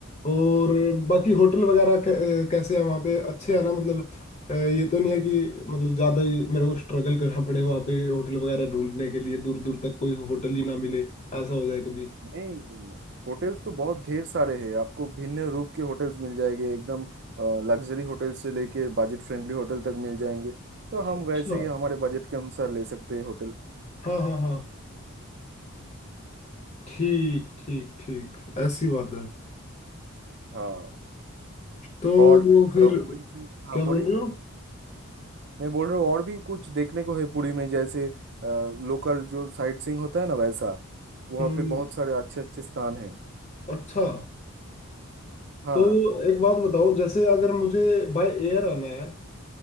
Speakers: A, on the left; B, on the right.
A: और बाकी होटल वगैरह कै- अ, कैसे है वहाँ पे अच्छे है ना मतलब अ, ये तो नहीं है कि मतलब ज़्यादा ही मेरे को स्ट्रगल करना पड़े वहाँ पे होटल वगैरह ढूंढने के लिए दूर दूर तक कोई होटल ही ना मिले ऐसा हो जाए कभी
B: नहीं होटल्स तो बहुत ढेर सारे हैं आपको भिन्न रूप के होटल्स मिल जाएंगे एकदम लग्जरी होटल से लेके बजट फ्रेंडली होटल तक मिल जाएंगे तो हम
A: अच्छा
B: वैसे ही हमारे बजट के अनुसार ले सकते हैं होटल
A: हाँ हाँ हाँ ठीक ठीक ठीक ऐसी बात है
B: हाँ
A: तो
B: और
A: वो फिर
B: अ, पूरी से हाँ
A: क्या
B: बोलिए
A: बोल रहे हो
B: मैं बोल रहा हूँ और भी कुछ देखने को है पुरी में जैसे लोकल जो साइट सीइंग होता है ना वैसा वहाँ
A: हम्म
B: पे बहुत सारे अच्छे अच्छे स्थान हैं
A: अच्छा
B: हाँ
A: तो एक बात बताओ जैसे अगर मुझे बाय एयर आना है